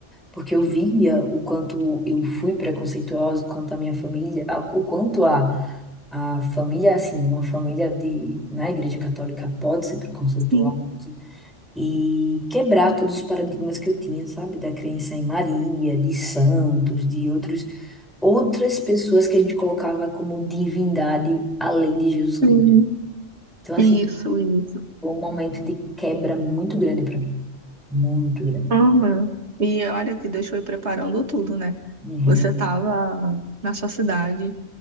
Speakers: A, in the centre; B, on the right (about 60°).
A: porque eu via o quanto eu fui preconceituosa, o quanto a minha família, a- o quanto a, a família, assim, uma família de, na Igreja Católica pode ser preconceituosa,
B: Sim,
A: e quebrar todos os paradigmas que eu tinha, sabe? Da crença em Maria, de santos, de outros, outras pessoas que a gente colocava como divindade além de Jesus Cristo.
B: sim.
A: Então, assim,
B: Isso, isso.
A: foi um momento de quebra muito grande para mim, muito grande.
B: Ama. E olha que Deus foi preparando tudo, né?
A: Uhum,
B: Você estava na sua cidade,